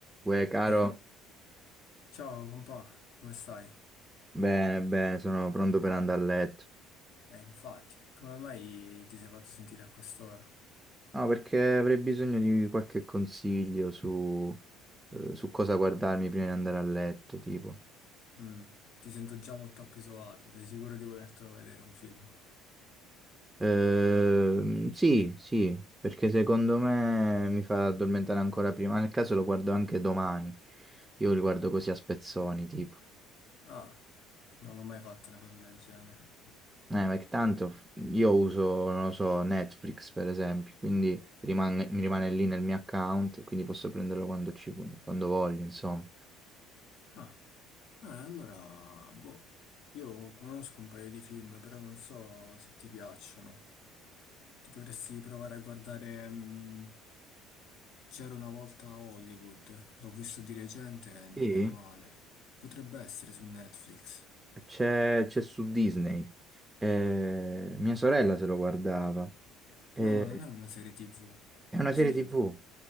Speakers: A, on the right; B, on the left.
A: Uè, caro,
B: Ehi, ciao compà, come stai?
A: bene, bene, sono pronto per andare a letto.
B: Eh, infatti, come mai ti sei fatto sentire a quest'ora?
A: No, perché avrei bisogno di qualche consiglio su, eh, su cosa guardarmi prima di andare a letto, tipo.
B: Mm, ti sento già molto appisolato, sei sicuro di volertelo vedere un film?
A: Ehm, sì, sì, perché secondo me mi fa addormentare ancora prima. Nel caso lo guardo anche domani. Io li guardo così a spezzoni, tipo.
B: Ah, non l'ho mai fatto una cosa del genere.
A: Eh, ma che tanto f- io uso, non lo so, Netflix per esempio, quindi rimane- mi rimane lì nel mio account, e quindi posso prenderlo quando, ci- quando voglio, insomma.
B: Ah, Eh, allora, boh, io conosco un paio di film, però non so se ti piacciono. Ti potresti provare a guardare mh, C'era una volta a Hollywood, l'ho visto di recente e non
A: Sì,
B: è male. Potrebbe essere su Netflix.
A: c'è c'è su Disney. Eh, mia sorella se lo guardava. Eh,
B: No, ma non è una serie TV,
A: è
B: è
A: una
B: un
A: serie
B: film.
A: TV.